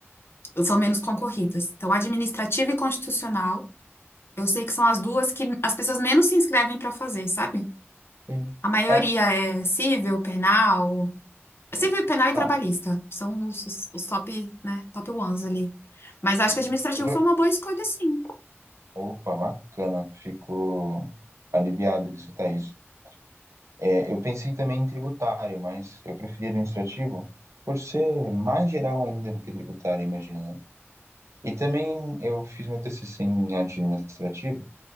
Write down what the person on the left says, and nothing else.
são menos concorridas. Então, administrativa e constitucional, eu sei que são as duas que as pessoas menos se inscrevem para fazer, sabe?
A maioria
é civil, penal, Civil,
penal e
trabalhista. São os, os, os top, né, top ones ali. Mas acho
que administrativo
foi uma boa escolha, sim.